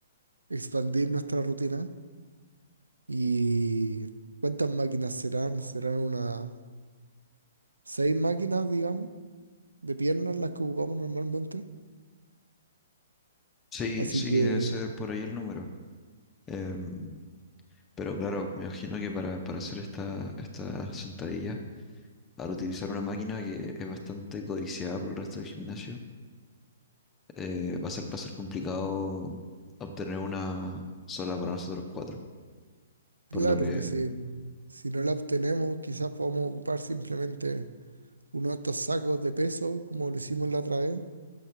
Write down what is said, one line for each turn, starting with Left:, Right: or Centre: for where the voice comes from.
Right: expandir nuestra rutina. ¿Y cuántas máquinas serán? Serán unas seis máquinas, digamos, de piernas las que ocupamos normalmente.
Left: Sí,
Right: Así
Left: sí,
Right: que,
Left: debe ser por ahí el número. Em, pero claro, me imagino que para, para hacer esta, esta sentadilla, al utilizar una máquina que es bastante codiciada por el resto del gimnasio, eh, va a ser, va a ser complicado obtener una sola para nosotros cuatro.
Right: claro,
Left: Por lo que,
Right: pero si, si no la obtenemos, quizás podamos ocupar simplemente uno de estos sacos de peso, como lo hicimos la otra vez